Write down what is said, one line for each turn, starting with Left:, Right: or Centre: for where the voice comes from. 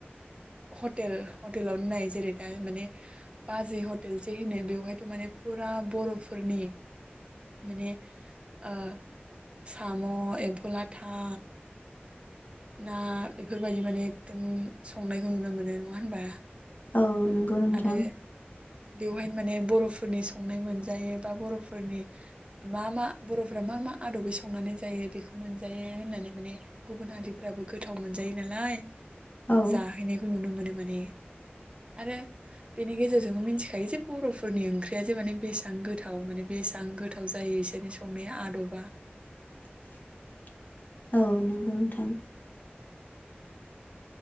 Right: हटेल हटेलावनो नाय जेरै दा माने बाजै हटेल जे होनो बेवहाय र' माने फुरा बर'फोरनि माने ओ साम, ' एम्फौ लाथा, ना बेफोरबायदि माने एकदम संनायखौ नुनो मोनो। नङा होनबा?
Left: औ नंगौ नोंथां।
Right: आरो बेवहायनो माने बर'फोरनि संनाय मोनजायो बा बर'फोरनि मा मा बर'फोरा मा मा आदबै संनानै जायो बेखौ मोनजायो होननानै माने गुबुन हारिफ्राबो गोथाव मोनजायो नालाय लाय
Left: औ
Right: जाहैनायखौ नुनो मोनो माने आरो बेनि गे मिथिखायो जे बर'फोरनि ओंख्रिया जे माने बेसेबां गोथाव माने बेसेबां गोथाव जायो एसोरनि संनाया आदबा।
Left: <inaudible> औ नंगौ नोंथां।